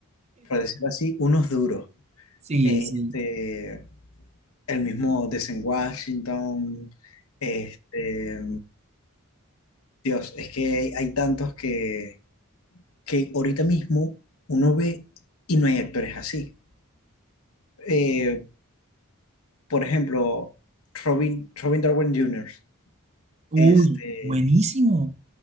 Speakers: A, on the left; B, on the right.
A: por decirlo así, unos duros.
B: Sí,
A: Este,
B: sí.
A: el mismo Denzel Washington, este, Dios, es que hay, hay tantos que, que ahorita mismo uno ve y no hay actores así. Eh, por ejemplo, Robin, Robin Darwin Jr.,
B: Uy,
A: este,
B: buenísimo. O